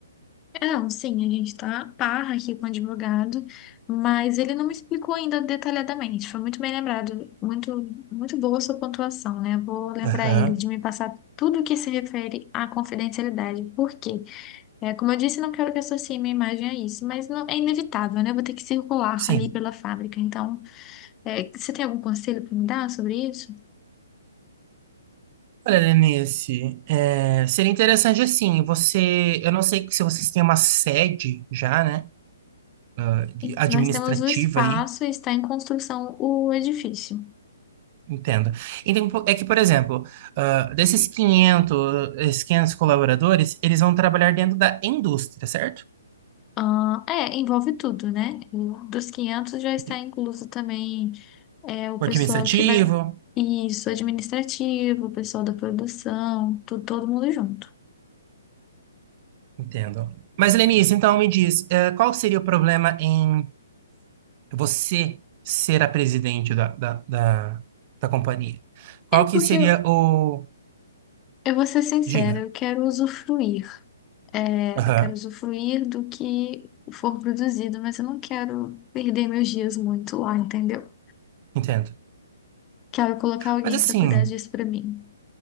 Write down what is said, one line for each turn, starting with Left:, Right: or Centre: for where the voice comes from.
Left: É, Não, sim, a gente tá parra aqui com o advogado, mas ele não me explicou ainda detalhadamente. Foi muito bem lembrado, muito, muito boa a sua pontuação, né? Vou lembrar
Right: Aham.
Left: ele de me passar tudo que se refere à confidencialidade. Por quê? É, como eu disse, não quero que associe minha imagem a isso, mas não, é inevitável, né? Eu vou ter que circular
Right: Sim.
Left: ali pela fábrica. Então, é, você tem algum conselho para me dar sobre isso?
Right: Olha, Lenice, é, seria interessante assim, você, eu não sei se vocês têm uma sede já, né, ah, de-
Left: E
Right: administrativa
Left: Nós temos o espaço
Right: aí,
Left: e está em construção o edifício.
Right: entendo. Então, po- é que, por exemplo, ah, desses 500 esses 500 colaboradores, eles vão trabalhar dentro da indústria, certo?
Left: Ah, é, envolve tudo, né? O- Dos 500 já está
Right: Entendi.
Left: incluso também é, o pessoal
Right: O administrativo,
Left: que vai. Isso, administrativo, o pessoal da produção, tu- todo mundo junto.
Right: entendo. Mas, Lenice, então me diz, eh, qual seria o problema em você ser a presidente da, da, da da companhia? Qual
Left: É
Right: que
Left: porque
Right: seria
Left: eu,
Right: o
Left: Eu vou ser sincera,
Right: Diga.
Left: eu quero usufruir. É,
Right: Aham,
Left: eu quero usufruir do que for produzido, mas eu não quero perder meus dias muito lá, entendeu?
Right: entendo.
Left: Quero colocar alguém
Right: Mas assim,
Left: para cuidar disso para mim.